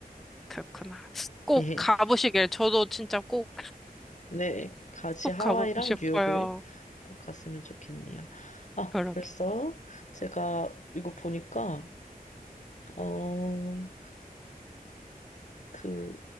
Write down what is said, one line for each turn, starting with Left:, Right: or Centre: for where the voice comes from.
Centre: 그렇구나. 꼭
Left: <laughs>
Centre: 가보시길. 저도 진짜 꼭,
Left: 네, 같이
Centre: 꼭
Left: 하와이랑
Centre: 가고 싶어요.
Left: 뉴욕을 꼭 갔으면 좋겠네요. 아,
Centre: 그러게.
Left: 벌써 제가 이거 보니까, 어, 그,